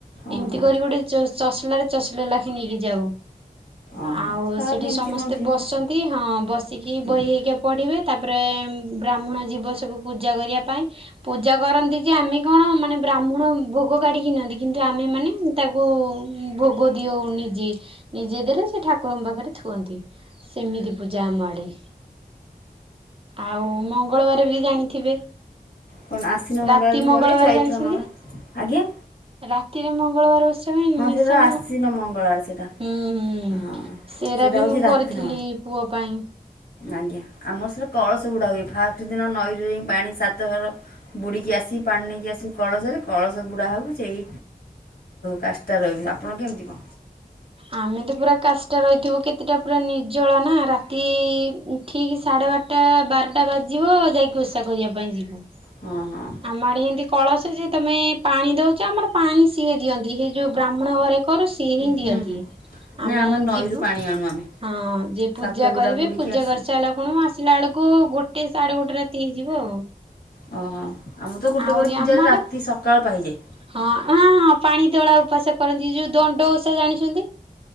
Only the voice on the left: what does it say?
ଓହୋ
ଓହୋ
କାହାର
କେମିତି
କଣ ଥିବ
ହୁଁ
କଣ ଆଶ୍ୱିନ ମଙ୍ଗଳ
ବି
କରିବେ ଚୈତ୍ର
ମ ଆଜ୍ଞା।
ହଁ
ସେଟା ଆଶୀନ୍ୟ ମଙ୍ଗଳବାର ସେଇଟା।
ହଁ
ସେଇଟା
ହଉଛି
ରାତି
ନ
ଆଜ୍ଞା ଆମ ସେ କଳସ ବୁଡା ହୁଏ ଫାଷ୍ଟ ଦିନ ନଈରେ ପାଣି ସାତ ଘର। ବୁଡ଼ିକି ଆସିକି ପାଣି ନେଇକି ଆସିବ କଳସରେ କଳସ ବୁଡ଼ା ହେବ ସେଇ କାଷ୍ଟ ତା ରହିବି ଆପଣ କେମିତି କଣ।
ହଁ ହଁ
ହୁଁ
ହୁଁ
ନା ଆମ ନଈରୁ
ପାଣି ଆଣୁ ଆମେ
ସାତ ବୁଡ଼ା
ବୁଡ଼ିକି
ଆସି
ହଁ ହଁ ଆମ ତ ଗୋଟେ
ଗୋଟେ ପୂଜାରେ
ରାତି ସକାଳ ପାହିଯାଏ।